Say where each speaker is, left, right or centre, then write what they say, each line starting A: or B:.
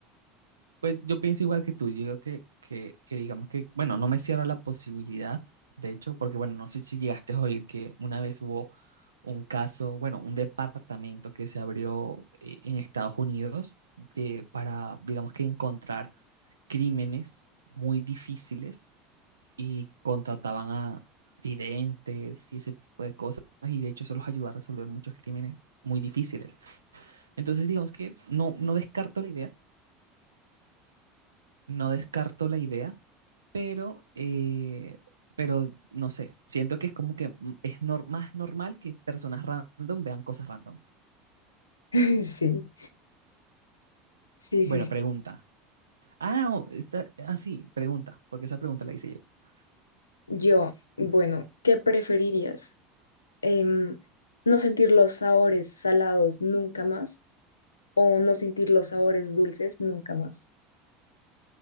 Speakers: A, on the right; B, on the left.
A: Pues yo pienso igual que tú, yo digo que, que, que digamos que, bueno, no me cierra la posibilidad, de hecho, porque bueno, no sé si llegaste a oír que una vez hubo un caso, bueno, un departamento que se abrió eh, en Estados Unidos de, para, digamos que encontrar crímenes muy difíciles y contrataban a videntes y ese tipo de cosas, y de hecho eso los ayudó a resolver muchos crímenes muy difíciles. Entonces, digamos que no, no descarto la idea, no descarto la idea pero, eh, pero no sé, siento que es como que mm, es nor- más normal que personas random vean cosas random.
B: <laughs> Sí, sí,
A: Bueno,
B: sí. sí.
A: pregunta. Ah, no, está, ah, sí, pregunta, porque esa pregunta la hice yo.
B: Yo, bueno, ¿qué preferirías? em, no sentir los sabores salados nunca más o no sentir los sabores dulces nunca más.